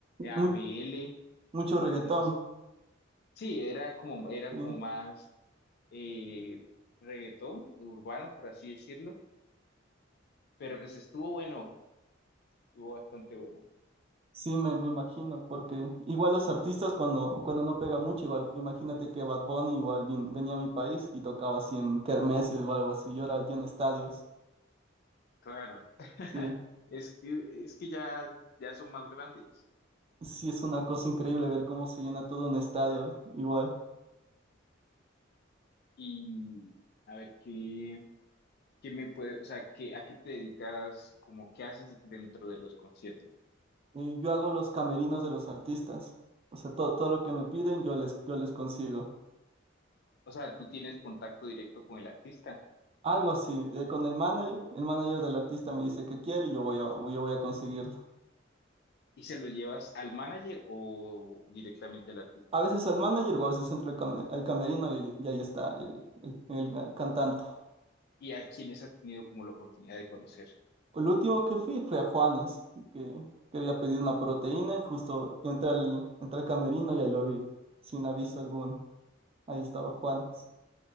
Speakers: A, on the left (about 55°); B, on the right (about 30°).
A: a
B: mu-
A: BL,
B: mucho reggaetón.
A: no sé si. Sí, era como, era
B: Sí,
A: como más eh, reggaetón urbano, por así decirlo. Pero pues estuvo bueno, estuvo bastante bueno.
B: sí me, me imagino. Porque igual los artistas cuando, cuando no pega mucho, igual imagínate que Bad Bunny igual vin- venía a mi país y tocaba así en kermeses o algo así. Y ahora llena estadios.
A: Claro, <laughs>
B: Sí,
A: es que, es que ya, ya son más grandes.
B: sí es una cosa increíble ver cómo se llena todo un estadio igual.
A: Y a ver, ¿qué, qué me puede, o sea, qué, a qué te dedicas, como qué haces dentro de los conciertos?
B: Y yo hago los camerinos de los artistas. O sea, todo, todo lo que
A: Ok.
B: me piden yo les, yo les consigo.
A: O sea, ¿tú tienes contacto directo con el artista
B: Algo así, eh, con el manager. El manager del artista me dice qué quiere y yo voy a, yo voy a conseguirlo.
A: y se lo llevas al manager o directamente al artista?
B: A veces al manager o a veces entro al, cam- al camerino y, y ahí está el, el- el ga- cantante.
A: ¿Y a quiénes has tenido como la oportunidad de conocer?
B: El último que fui fue a Juanes, que, que había pedido una proteína y justo entré al, entré al camerino y ahí lo vi, sin aviso alguno. Ahí estaba Juanes.